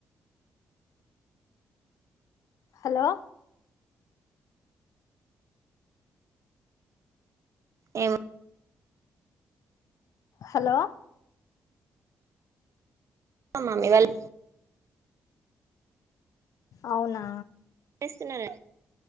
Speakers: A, on the left; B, on the right.
A: హలో
B: ఎం
A: హలో
B: మామి వెల్
A: అవునా
B: చేస్తున్నారు